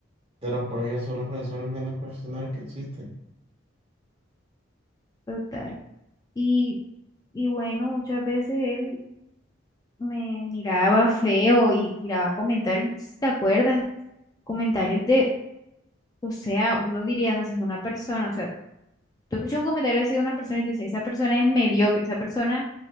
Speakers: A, on the right; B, on the left.
A: de los colegios son los profesores menos profesionales que existen.
B: total. Y, y bueno, muchas veces él me miraba feo y tiraba comentarios, no sé si te acuerdas, comentarios de, o sea, uno diría, no sé, es una persona, o sea, Tú escuchas un comentario así de una persona y te dice, esa persona es mediocre, esa persona